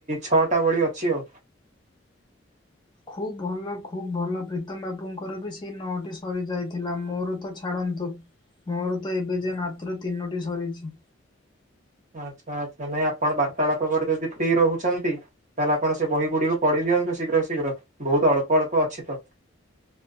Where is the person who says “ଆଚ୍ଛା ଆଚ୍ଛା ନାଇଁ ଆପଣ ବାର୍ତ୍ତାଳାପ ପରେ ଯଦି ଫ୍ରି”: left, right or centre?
Right